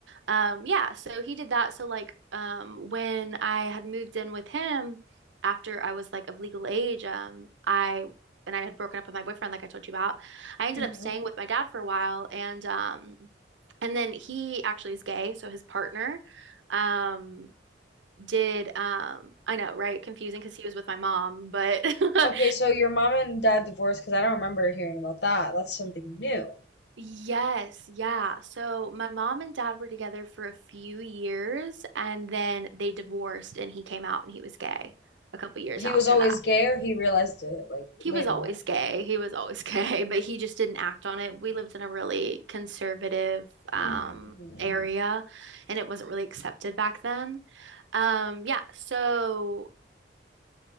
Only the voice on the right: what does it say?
um, yeah, so he did that. So like um when I had moved in with him after I was like of legal age, um, I and I had broken up with my boyfriend, like I told you about, I ended
up staying with my dad for a while and um and then he actually is gay, so his partner um did um I know, right? Confusing because he was with my mom, but <laughs>
Yes, yeah. So my mom and dad were together for a few years and then they divorced and he came out and he was gay a couple years
after
that.
He
was always
gay. He was always <laughs> gay, but he just didn't act on it. We lived in a really conservative um
area and it wasn't really accepted back then. Um yeah, so